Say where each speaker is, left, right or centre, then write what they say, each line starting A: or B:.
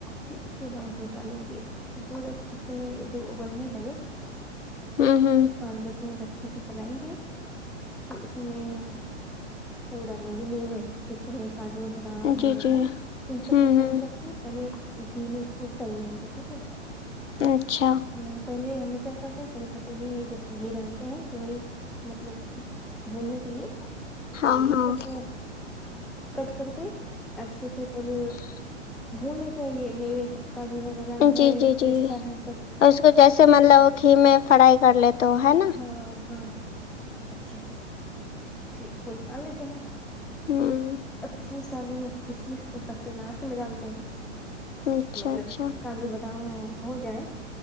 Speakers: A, in the centre; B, on the left (about 80°).
A: پھر اس کے بعد دودھ ڈالیں گے پھر دودھ اچھے سے جب ابلنے لگے
B: ہوں ہوں
A: پانچ دس منٹ اچھے سے چلائیں گے اس میں وہ ڈال دیں گے میوے جیسے کاجو بادام ہے
B: جی جی
A: ہے ان سب
B: ہوں
A: کو کٹ
B: ہوں
A: کر پہلے گھی میں اس کو تل لیں گے ٹھیک ہے
B: اچھا
A: ہاں پہلے ہم لوگ کیا کرتے ہیں پہلے پتیلی میں جب گھی ڈالتے ہیں وہی مطلب بھولنے کے لیے
B: ہاں
A: تو یہ
B: ہاں
A: سب کو کٹ کر کے اچھے سے پہلے
B: <inaudible>
A: بھول لیتے ہیں یہ میوے سب کا جو ہے بادام ہے
B: جی جی جی
A: پستتا ہے سب
B: اس کو جیسے ملب گھی میں فرائی کر لی تو ہے نا
A: ہاں ہاں اچھا پھر اس کو ن ڈال لیتے ہیں
B: ہوں
A: اب کسمس ڈال دیں گے تو کسمس تو سب سے لاسٹ میں جانتے ہیں
B: اچھا
A: مطلب
B: اچھا
A: کاجو بادام ہو جائے